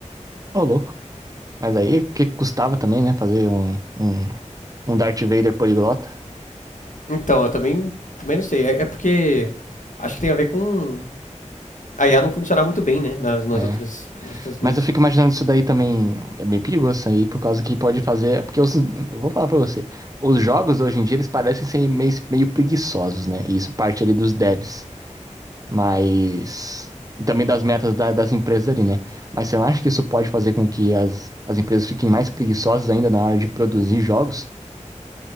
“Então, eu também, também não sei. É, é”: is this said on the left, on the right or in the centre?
Left